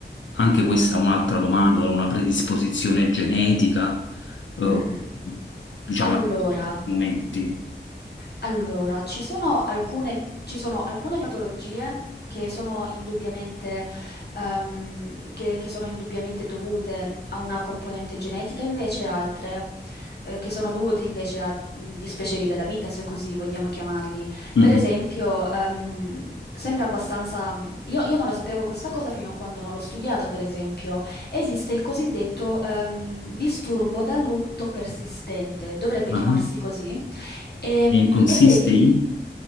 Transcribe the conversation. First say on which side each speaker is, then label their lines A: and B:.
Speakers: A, on the left; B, on the left.
A: anche questa è un'altra domanda, da una predisposizione genetica, eh,
B: mh.
A: diciamo,
B: Allora,
A: in alcuni momenti.
B: Allora, ci sono alcune, ci sono alcune patologie che sono indubbiamente, ehm, che, che sono indubbiamente dovute a una componente genetica, invece altre, eh, che sono dovute invece a mh, dispiaceri della vita, se così vogliamo chiamarli.
A: Mhm,
B: Per esempio, ehm, sembra abbastanza... mh, Io, io non lo sapevo questa cosa fino a quando non l'ho studiata, per esempio. Esiste il cosiddetto, ehm, disturbo da lutto persistente, dovrebbe
A: mhm.
B: chiamarsi così Ehm,
A: E consiste
B: ed è, di-
A: in?